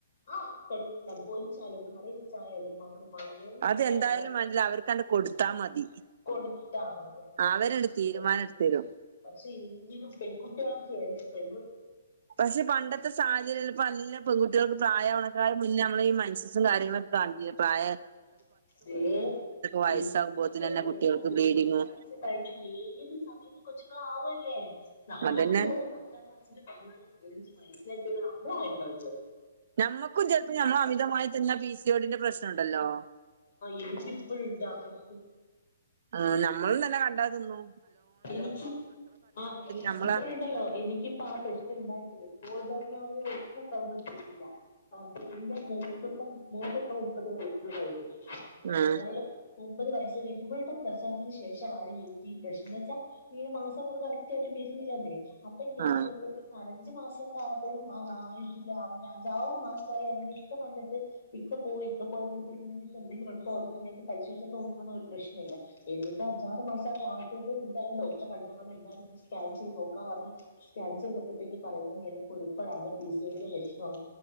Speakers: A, on the left (about 60°); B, on the right (about 55°).
A: ആ കൊല്ലം പൊരിച്ചാലും കറി വെച്ചായാലും അവരുമാ എങ്ങനെ
B: അത് ഏന്തായാലും
A: വേണമെങ്കിലും
B: വാണ്ടില്ല. അവർക്കാണ്ട് കൊടുത്താ മതി.
A: കൊടുത്താ മതി <unintelligible>
B: അവരണ്ട്
A: ഇഷ്ടം
B: തീരുമാനം എടുത്തരും
A: പക്ഷെ എങ്കിലും പെൺകുട്ട്യോളക്കെയല്ലേ പെ
B: പഷേ പണ്ടത്തെ സാഹചര്യംല്ല പ്പ ല്ല പെകുട്ടികൾക്ക് പ്രായ അണക്കായ മുന്നേ നമ്മള് ഈ മൻഷ്യസും കാര്യങ്ങളൊക്കെ ആ പായ
A: <unintelligible>
B: വയസ്സാകുമ്പോത്തിനന്നെ
A: കൊള്ള
B: കുട്ടികൾക്ക്
A: ഇപ്പൊ ഒമ്പത്
B: ബ്ലീഡിങ്ങും
A: വയസ് കഴിഞ്ഞ ഏത് സ സമയത്തും കൊച്ചുങ്ങളും ആവോ ല്ലെ നമ്മളക്ക
B: അതന്നെ
A: പത്താം ക്ലാസ്സിലും പതിനാലും പതിനഞ്ചും വയസ്സിലക്ക നമ്മളായേക്കണ്.
B: ഞമ്മക്കും ചെല് പം ഞമ്മള് അമിതമായി തിന്ന പി സി ഓഡിന്റെ പ്രശ്നംണ്ടല്ലോ.
A: എനിക്കിപ്പഴും ട്ടാ പ്രശ് നം.
B: ആ നമ്മളും തന്നെ കണ്ടാ തന്നു.
A: എനിക്ക് അ
B: നമ്മളാ
A: ഇപ്പഴുണ്ടല്ലോ എനിക്കിപ്പ ആ പ്രശ്നം ഉണ്ടായിട്ടെ <unintelligible> സവം നിർത്തീട്ടില്ല എന്റെ മോക്കിപ്പോ മോക്കിപ്പോ ഒമ്പതു <unintelligible> കയിഞ്ഞ്
B: ആഹ്
A: ഓളെ ഒമ്പത് വയസ് കയിഞ്ഞ് ഇവളുടെ പ്രസവത്തിന് ശേഷമാണ് എനിക്ക് ഈ പ്രശ്നം ച്ചാ ഈ മാസമുറ കറക്റ്റ് ആയിട്ട് വരുന്നില്ലെന്നേ അപ്പൊ ഞാൻ
B: ആഹ്
A: ഒരു നാലഞ്ച് മാസൊക്ക ആയപ്പഴും ആയിട്ടില്ല അഞ്ചാറ് മാസായി അങ്ങനെ ഇക്ക വന്നിട്ട് ഇക്ക പോയി <unintelligible> <unintelligible> ഡോക്ടറെ കാണിച്ചപ്പോ പറഞ്ഞ് എന്നാ ഒരു സ്കാൻ ചെയ്ത് നോക്കാന്ന് പറഞ്ഞ് സ്കാൻ ചെയ്തപ്പ ഴത്തേക്ക് പറഞ്ഞു ഇങ്ങന കുരുക്കള പിസെലുടെ ലക്ഷണാ